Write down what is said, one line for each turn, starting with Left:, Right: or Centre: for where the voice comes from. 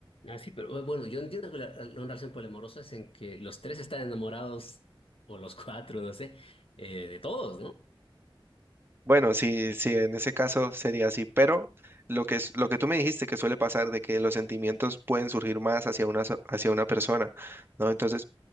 Left: Ah, sí, pero bueno, yo entiendo que la, la relación poliamorosa es en que los tres están enamorados, o los cuatro, no sé, eh, de todos, ¿no?
Right: Bueno, sí, sí, en ese caso sería así, pero lo que es, lo que tú me dijiste que suele pasar de que los sentimientos pueden surgir más hacia una, so- hacia una persona, ¿no? Entonces,